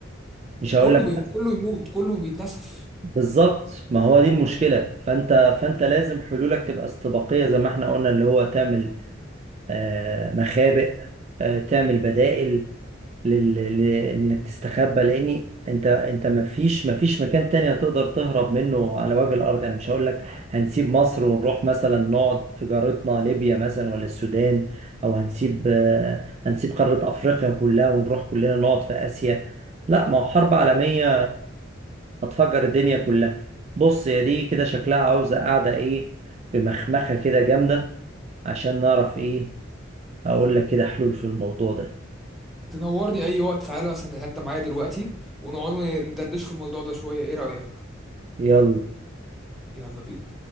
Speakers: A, on the right (about 35°); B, in the centre.
A: مش هقول
B: كله
A: لك
B: بي... كله يموت كله بيتنسف
A: بالظبط ما هو دي المشكلة فانت فانت لازم حلولك تبقى استباقية زي ما احنا قلنا اللي هو تعمل آه، مخابئ آه، تعمل بدائل لل- ل- انك تستخبى لان انت انت ما فيش ما فيش مكان تاني هتقدر تهرب منه على وجه الارض يعني مش هقول لك هنسيب مصر ونروح مثلا نقعد في جارتنا ليبيا مثلا ولا السودان او هنسيب آه، هنسيب قارة افريقيا كلها ونروح كلنا نقعد في اسيا لا ما هو حرب عالمية هتفجر الدنيا كلها بص يا دي كده شكلها عاوزة قاعدة ايه بمخمخة كده جامدة عشان نعرف ايه اقول لك كده حلول في الموضوع ده
B: تنورني اي وقت تعالى مثلا تتغدى معايا دلوقتي ونقعد ندردش في الموضوع ده شويه ايه رايك
A: يلا
B: يلا بينا